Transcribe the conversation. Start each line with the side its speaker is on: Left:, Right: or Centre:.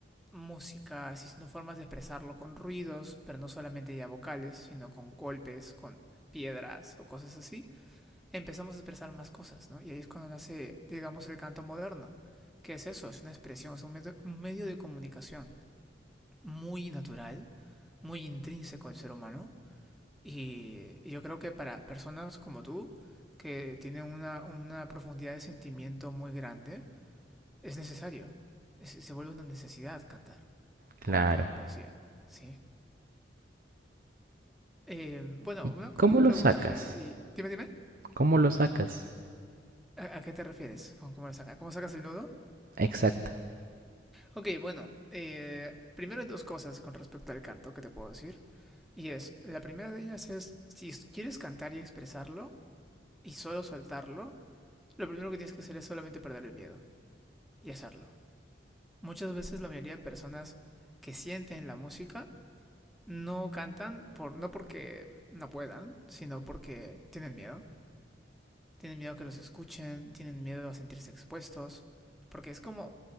Centre: música, existiendo formas de expresarlo con ruidos, pero no solamente ya vocales, sino con golpes, con piedras o cosas así, empezamos a expresar más cosas, ¿no? Y ahí es cuando nace, digamos, el canto moderno. ¿Qué es eso? Es una expresión, es un, medio, un medio de comunicación muy natural, muy intrínseco al ser humano. Y yo creo que para personas como tú, que tienen una, una profundidad de sentimiento muy grande, es necesario. Es- se vuelve una necesidad cantar
Right: claro.
Centre: o leer poesía, ¿sí? Eh, bueno,
Right: ¿Y
Centre: una,
Right: cómo
Centre: una
Right: lo
Centre: pregunta,
Right: sacas?
Centre: Jairo. Y dime, dime,
Right: ¿Cómo lo sacas?
Centre: ¿a, a qué te refieres? ¿Cómo, cómo, saca- cómo sacas el nudo?
Right: Exacto,
Centre: Ok, bueno, eh, primero hay dos cosas con respecto al canto que te puedo decir. Y es, la primera de ellas es, si quieres cantar y expresarlo y solo soltarlo, lo primero que tienes que hacer es solamente perder el miedo y hacerlo. Muchas veces la mayoría de personas que sienten la música no cantan por, no porque no puedan, sino porque tienen miedo. Tienen miedo que los escuchen, tienen miedo a sentirse expuestos, porque es como